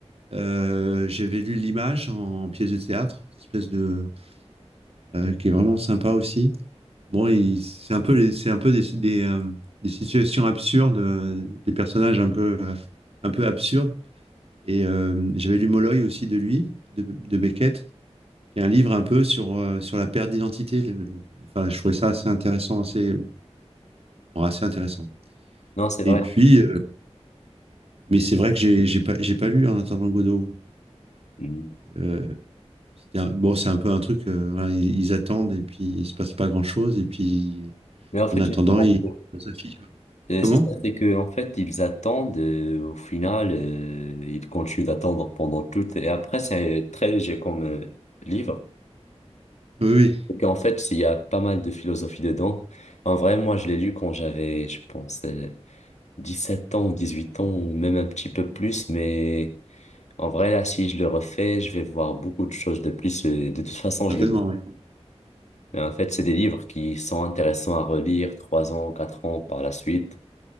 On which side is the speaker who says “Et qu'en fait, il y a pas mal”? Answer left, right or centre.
Left